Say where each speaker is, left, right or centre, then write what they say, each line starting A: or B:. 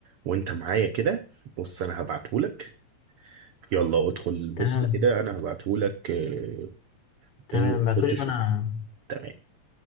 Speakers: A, on the right; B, on the left.
A: وانت معايا كده بص انا هبعتهولك يلا ادخل بص
B: تمام
A: كده انا هبعتهولك آه،
B: تمام
A: إن-
B: بعتولي
A: خش شوف
B: وأنا
A: تمام